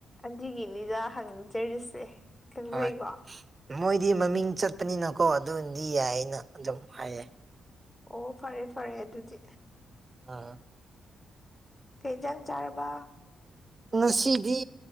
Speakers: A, on the left (about 15°); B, on the right (about 30°).
A: ꯑꯟꯖꯤꯒꯤꯅꯤꯗ ꯍꯪꯖꯔꯤꯁꯦ ꯈꯪꯖꯩꯀꯣ
B: ꯍꯣꯏ ꯃꯣꯏꯗꯤ ꯃꯃꯤꯡ ꯆꯠꯄꯅꯤꯅ ꯀꯣ ꯑꯗꯨꯗꯤ ꯌꯥꯏ ꯑꯅ ꯑꯗꯨꯝ ꯍꯥꯏꯌꯦ
A: ꯑꯣ ꯐꯔꯦ ꯐꯔꯦ ꯑꯗꯨꯗꯤ
B: ꯑꯥ꯫
A: ꯀꯩ ꯍꯤꯟꯖꯥꯡ ꯆꯥꯔꯕꯥ꯫
B: ꯉꯁꯤꯗꯤ